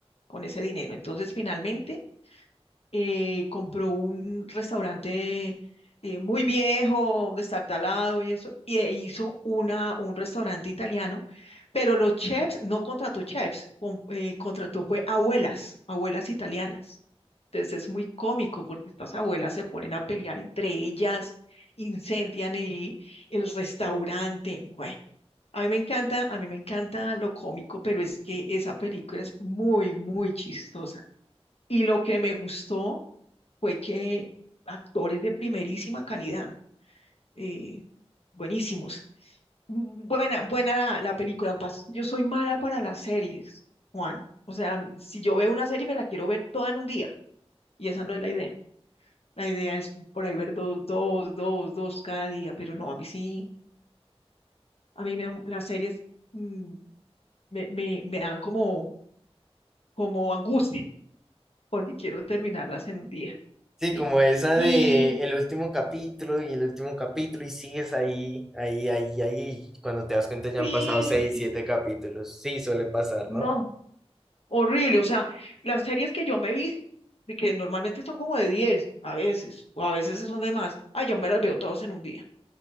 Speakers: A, on the left; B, in the centre.
A: con ese dinero. Entonces, finalmente eh, compró un restaurante eh, muy viejo, destartalado y eso, y e hizo una, un restaurante italiano, pero los chefs, no contrató chefs, con- eh, contrató fue abuelas, abuelas italianas. Entonces es muy cómico porque estas abuelas se ponen a pelear entre ellas, incendian el, el restaurante. Bueno, a mí me encanta, a mí me encanta lo cómico, pero es que esa película es muy, muy chistosa. Y lo que me gustó fue que actores de primerísima calidad, eh, buenísimos. Buena, buena la, la película. pas- Yo soy mala para las series, Juan. O sea, si yo veo una serie, me la quiero ver toda en un día. Y esa no es la idea. La idea es por ahí ver dos, dos, dos, dos cada día. Pero no, a mí sí, a mí me, las series mm, me, me, me dan como, como angustia, porque quiero terminarlas en un día.
B: Sí,
A: Sí.
B: como esa
A: Y
B: de el último capítulo y el último capítulo y sigues ahí, ahí, ahí, ahí. Cuando te das cuenta ya
A: sí,
B: han pasado seis, siete capítulos. Sí, suele pasar,
A: no.
B: ¿no?
A: horrible. O sea, las series que yo me vi, de que normalmente son como de 10, a veces, o a veces son de más, ay, yo me las veo todas en un día.